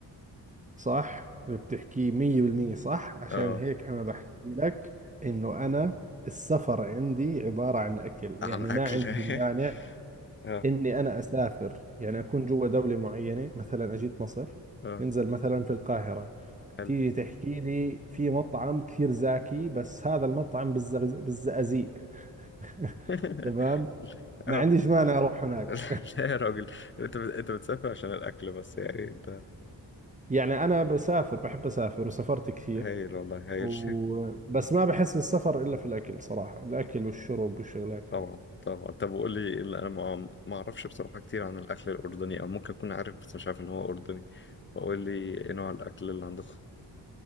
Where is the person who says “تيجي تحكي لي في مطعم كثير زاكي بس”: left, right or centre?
Right